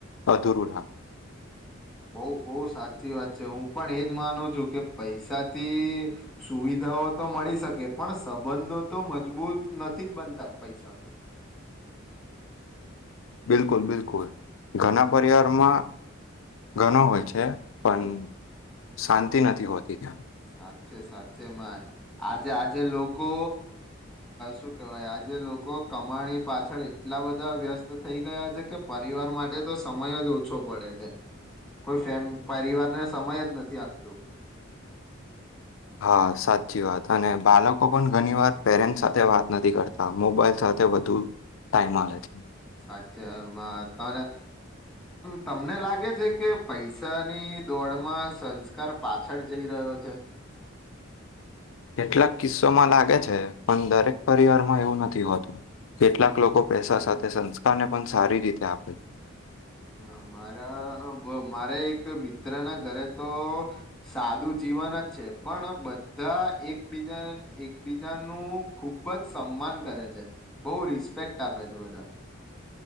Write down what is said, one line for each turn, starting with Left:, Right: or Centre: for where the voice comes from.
Left: અધુર લા
Centre: બઉ બઉ સાચી વાત છે હું પણ એજ માનું છું કે પૈસાથી સુવિધાઓ તો મળી શકે પણ સંબંધો તો મજબૂત નથી જ બનતા પૈસાથી.
Left: બિલકુલ બિલકુલ ઘણા પરિવારમાં ગનો હોય છે. પણ
Centre: હમ
Left: શાંતિ નથી હોતી ત્યાં.
Centre: સાથે સાચેમાં આજે આજે લોકો શું કેવાય આજે લોકો કમાણી પાછળ એટલા બધા વ્યસ્ત થઈ ગયા છે કે પરિવાર માટે તો સમય જ ઓછો પડે છે કોઈ ફેમ પરિવારને સમય જ નથી આપતું.
Left: હા સાચી વાત અને બાલકો પણ ઘણી વાર પેરેન્ટ સાથે વાત નથી કરતા મોબાઈલ સાથે વધુ ટાઈમ આલે છે.
Centre: સાચામા તને તમને લાગે છે કે પૈસાની દોડમાં સંસ્કાર પાછળ જઈ રહ્યો છે.
Left: કેટલાક કિસ્સોમાં લાગે છે, પણ દરેક પરિવારમાં એવું નથી હોતું કેટલાક લોકો પૈસા સાથે સંસ્કારને પણ સારી રીતે આપે.
Centre: હ અમારા બો મારે એક મિત્રના ઘરે તો સાદું જીવન જ છે. પણ બધા એકબીજા એકબીજાનું ખુબ જ સન્માન કરે છે. બઉ રિસ્પેક્ટ આપે છે બધાં.